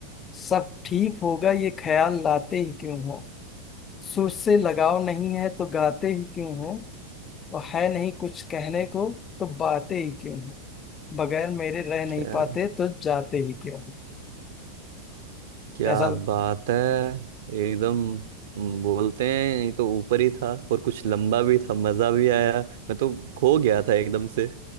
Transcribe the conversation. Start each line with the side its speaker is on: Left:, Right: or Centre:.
Left: सब ठीक होगा ये ख्याल लाते ही क्यों हो सुर से लगाव नहीं है तो गाते ही क्यों हो और है नहीं कुछ कहने को तो बातें ही क्यों हो बगैर मेरे रह नहीं
Right: क्या
Left: पाते तो जाते ही क्यों हो
Right: क्या
Left: ऐसा
Right: बात है एकदम हम्म, बोलते हैं ये तो ऊपर ही था और कुछ लंबा भी था मजा भी आया मैं तो खो गया था एकदम से